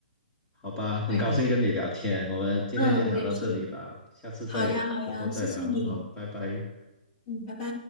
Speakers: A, on the left; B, on the left.
A: 好吧，很高兴跟你聊天，
B: 对呀，
A: 我们今天先聊到这里吧，
B: 嗯，我也是。
A: 下次再有有空再聊，
B: 好呀，好呀，谢谢你。
A: 好，拜拜。
B: 嗯，拜拜。